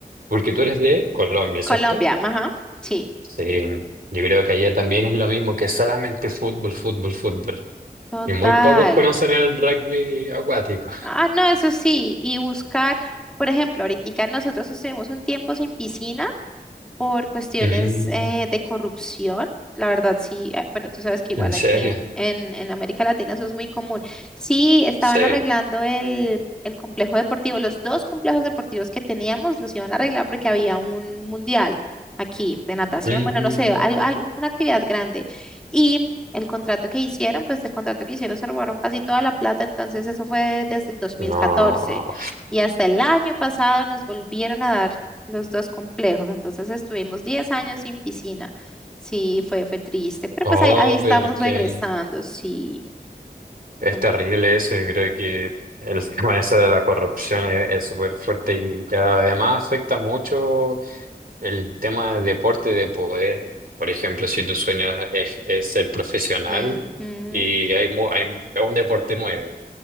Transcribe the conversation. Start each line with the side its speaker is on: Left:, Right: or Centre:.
Right: Porque tú eres de Colombia,
Centre: Colombia,
Right: ¿cierto?
Centre: ajá. Sí,
Right: Sí. Yo creo que allá también es lo mismo, que solamente fútbol, fútbol, fútbol.
Centre: total.
Right: Y muy pocos conocen el rugby acuático.
Centre: Ah, no, eso sí. Y buscar, por ejemplo, ahorita nosotros estuvimos un tiempo sin piscina. por cuestiones
Right: Mm,
Centre: eh, de corrupción. La verdad, sí, eh, bueno, tú sabes que igual
Right: ¿en serio?
Centre: aquí en, en, en América Latina eso es muy común. Sí, estaban
Right: Sí.
Centre: arreglando el, el complejo deportivo, los dos complejos deportivos que teníamos los iban a arreglar porque había un mundial aquí de natación,
Right: Mm,
Centre: bueno, no sé, al- al- un- una actividad grande. Y el contrato que hicieron, pues el contrato que hicieron se robaron casi toda la plata, entonces eso fue desde el 2014.
Right: no.
Centre: Y hasta el año pasado nos volvieron a dar los dos complejos. Entonces estuvimos 10 años sin piscina. Sí, fue, fue triste, pero
Right: Oh,
Centre: pues ahí, ahí estamos
Right: pero que
Centre: regresando. Sí,
Right: es
Centre: fue muy...
Right: terrible eso. Yo creo que el <laughs> tema ese de la corrupción es es súper fuerte y además afecta mucho el tema del deporte de poder. Por ejemplo, si tu sueño es, es ser profesional
Centre: Ujú,
Right: y hay, mu- hay es un deporte nuevo,